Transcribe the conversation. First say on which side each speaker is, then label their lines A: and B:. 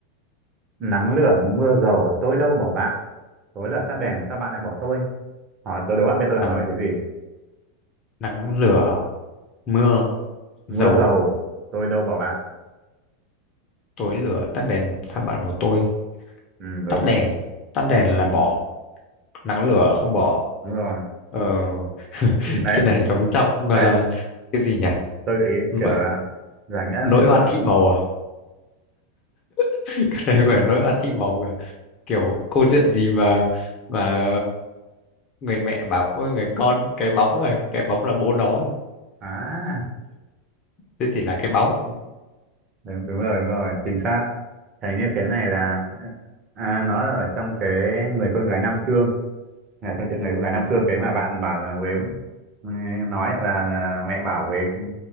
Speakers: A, on the right; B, on the left.
A: nắng lửa mưa dầu tôi đâu bỏ bạn tối lửa tắt đèn sao bạn lại bỏ tôi hỏi tôi đố bạn biết tôi đang
B: nắng
A: nói về cái gì
B: nắng lửa mưa dầu
A: mưa dầu tôi đâu bỏ bạn
B: tối lửa tắt đèn sao bạn bỏ tôi
A: ừ đúng
B: tắt đèn tắt đèn là bỏ nắng lửa không bỏ
A: đúng rồi
B: ờ <laughs>
A: đấy
B: cái này giống trong
A: đấy
B: ờ, cái gì nhỉ
A: tôi gợi ý
B: nỗi
A: kiểu là giải nghĩa
B: nỗi
A: một chút rồi
B: oan
A: bạn
B: thị màu à <laughs> cái này gọi là nỗi oan thị màu à? kiểu câu chuyện gì mà mà người mẹ bảo với người con cái bóng rồi cái bóng là bố nó rồi.
A: à
B: thế thì là cái bóng
A: đúng, đúng rồi đúng rồi chính xác hình như cái này là à, à, nó là ở trong cái người con gái Nam Xương là trong chuyện người con gái Nam Xương cái mà bạn bảo là Huế ừ, nói là mẹ bảo với cái-